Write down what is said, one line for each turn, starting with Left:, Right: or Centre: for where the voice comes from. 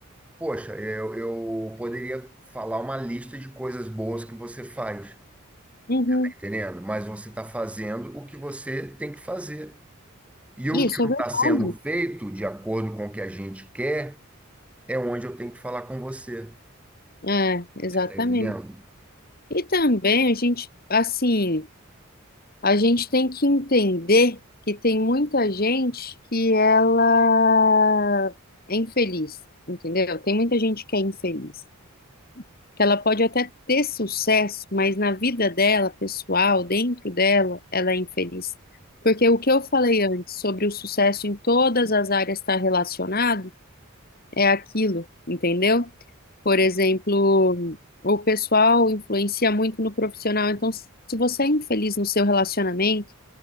Centre: Poxa, eu, eu poderia falar uma lista de coisas boas que você faz,
Left: Uhum.
Centre: tá entendendo? Mas você está fazendo o que você tem que fazer. E o
Left: Isso
Centre: que
Left: é
Centre: não
Left: verdade.
Centre: está sendo feito de acordo com o que a gente quer é onde eu tenho que falar com você.
Left: É, exatamente.
Centre: Você está entendendo?
Left: E também a gente, assim, a gente tem que entender que tem muita gente que ela é infeliz, entendeu? Tem muita gente que é infeliz. que ela pode até ter sucesso, mas na vida dela, pessoal, dentro dela, ela é infeliz. Porque o que eu falei antes sobre o sucesso em todas as áreas estar relacionado é aquilo, entendeu? Por exemplo, o pessoal influencia muito no profissional. Então, se você é infeliz no seu relacionamento,